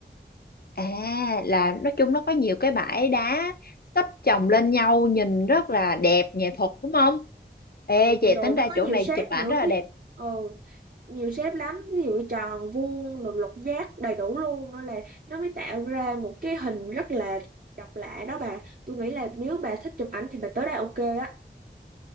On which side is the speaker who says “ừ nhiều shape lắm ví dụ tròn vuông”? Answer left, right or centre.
Right